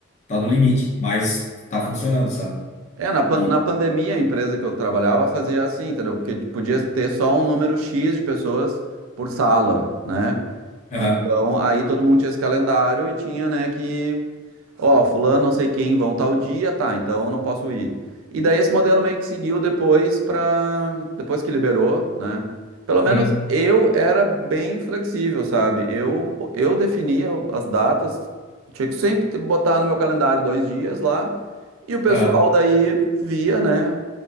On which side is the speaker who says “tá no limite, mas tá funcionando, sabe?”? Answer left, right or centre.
Left